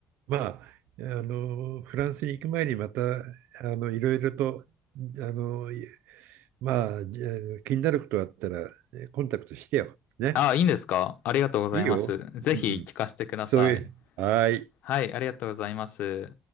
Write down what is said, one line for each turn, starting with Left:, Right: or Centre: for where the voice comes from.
Right: まあ、あのフランスに行く前にまたあのいろいろとあの、まあ、じゃあ気になることがあったらコンタクトしてよ。ね。
Left: あ、いいんですかありがとうございます。
Right: いいよ。
Left: ぜひ聞かせてください。
Right: うん。そういう。はい。
Left: はい、ありがとうございます。